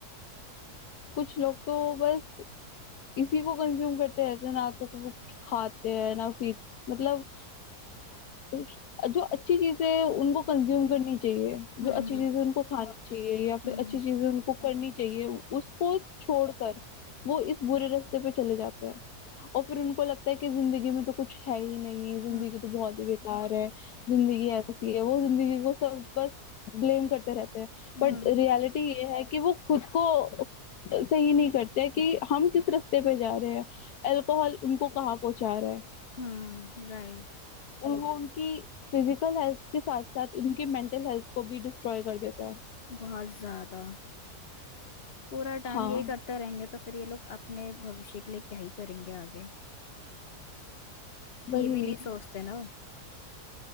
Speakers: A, on the left (about 70°); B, on the left (about 45°).
A: कुछ लोग तो बस इसी को कंज्यूम करते रहते हैं ना तो वो कुछ खाते हैं ना पी मतलब जो अच्छी चीजें उनको कंज्यूम करनी चाहिए
B: हम्म
A: जो अच्छी चीजें उनको खानी चाहिए या फिर
B: हम्म
A: अच्छी चीजें उनको करनी चाहिए उसको छोड़कर वो इस बुरे रास्ते पे चले जाते हैं और फिर उनको लगता है कि जिंदगी में तो कुछ है ही नहीं जिंदगी
B: हम्म
A: तो बहुत ही बेकार है जिंदगी ऐसी है वो जिंदगी को सब बस ब्लेम करते रहते हैं
B: हम्म
A: बट रियलिटी ये है कि वो खुद को सही नहीं करते कि हम किस रास्ते पे जा रहे हैं अल्कोहल उनको कहाँ पहुंचा रहा है
B: हम्म राइट
A: उन वो उनकी फिजिकल हेल्थ के साथ साथ उनकी मेंटल हेल्थ को भी डिस्ट्रॉय कर देता है
B: बहुत ज्यादा पूरा टाइम
A: हाँ
B: यही करते रहेंगे तो फिर ये लोग अपने भविष्य के लिए क्या ही करेंगे आगे
A: वही
B: ये भी नहीं सोचते ना वो